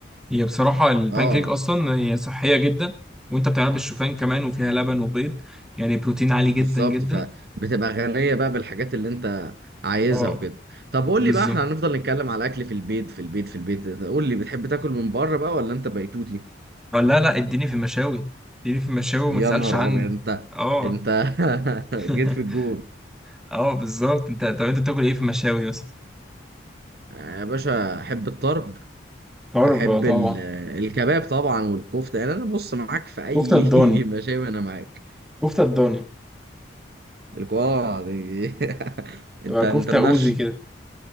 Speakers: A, in the centre; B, on the right.
A: هي بصراحه البانكيك
B: اه
A: اصلا هي صحيه جدا وانت بتعملها بالشوفان كمان وفيها لبن وبيض يعني بروتين عالي
B: بالظبط
A: جدا جدا
B: فبتبقى غنية بقى بالحاجات اللي انت عايزها
A: اه
B: وكده طب قول
A: بالظبط
B: لي بقى احنا هنفضل نتكلم على الاكل في البيت في البيت في البيت قول لي بتحب تاكل من بره بقى ولا انت بيتوتي
A: اه لا لا اديني في المشاوي اديني في المشاوي وما
B: يا
A: تسالش
B: نهار
A: عني
B: ابيض انت
A: اه
B: انت <laughs>
A: <laughs>
B: جيت في الجون
A: اه بالظبط انت طب انت بتاكل ايه في المشاوي اصلا
B: آه، يا باشا احب الطرب
A: طرب
B: احب
A: طبعا
B: ال- الكباب طبعا والكفتة يعني انا بص معاك في اي
A: كفتة الضاني
B: <laughs> مشاوي انا معاك
A: كفتة الضاني
B: الكوارع دي <laughs> انت
A: تبقى
B: انت
A: كفتة
B: النش
A: أوزي كده